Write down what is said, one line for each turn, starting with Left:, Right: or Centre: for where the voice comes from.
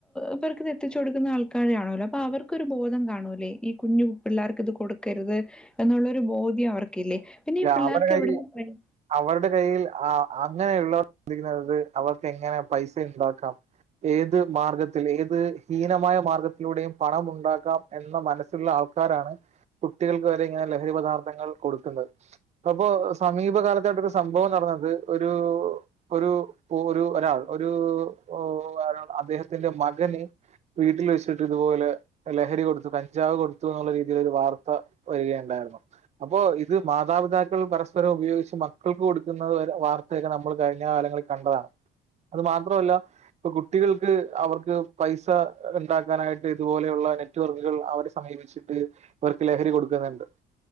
Centre: ഇവർക്കിത് എത്തിച്ചു കൊടുക്കുന്ന ആൾക്കാര കാണോല്ലോ അപ്പൊ അവർക്കൊരു ബോധം കാണൂലേ ഈ കുഞ്ഞു പിള്ളേർക്ക് ഇത് കൊടുക്കരുത് എന്നുള്ളൊരു ബോധ്യം അവർക്കില്ലേ പിന്നെ ഈ
Right: അവരുടെ
Centre: പിള്ളേർക്ക്
Right: കയ്യിൽ
Centre: എവിടെ നിന്ന്,,
Right: അവരുടെ കയ്യിൽ ആ അങ്ങനെയുള്ളവർ ശ്രദ്ധിക്കുന്നത് അവർക്ക് എങ്ങനെ പൈസ ഉണ്ടാക്കാം ഏത് മാർഗത്തിൽ ഏത് ഹീനമായ മാർഗത്തിലൂടെയും പണം ഉണ്ടാക്കാം എന്ന മനസ്സിലുള്ള ആൾക്കാരാണ് കുട്ടികൾക്ക് വരെ ഇങ്ങനെ ലഹരി പദാർത്ഥങ്ങൾ കൊടുക്കുന്നത് അപ്പൊ സമീപകാലത്തായിട്ടൊരു സംഭവം നടന്നത് ഒരു ഒരു ഒരു ഒരാൾ ഒരുരാ അദ്ദേഹത്തിന്റെ മകന് വീട്ടിൽ വെച്ചിട്ട് ഇതുപോലെ ലഹരി കൊടുത്തു കഞ്ചാവ് കൊടുത്തു എന്നുള്ള രീതിയിൽ ഒരു വാർത്ത വരികയുണ്ടായിരുന്നു അപ്പോ ഇത് മാതാപിതാക്കൾ പരസ്പരം ഉപയോഗിച്ച് മക്കൾക്ക് കൊടുക്കുന്ന വര വാർത്തയൊക്കെ നമ്മൾ കഴിഞ്ഞ കാലങ്ങളിൽ കണ്ടതാണ് അത് മാത്രല്ല ഇപ്പൊ കുട്ടികൾക്ക് അവർക്ക് പൈസ ഉണ്ടാക്കാനായിട്ട് ഇതുപോലെയുള്ളെ നെ നെറ്റ്‌വർക്കുകൾ അവരെ സമീപിച്ചിട്ട് ഇവർക്ക് ലഹരി കൊടുക്കുന്നുണ്ട്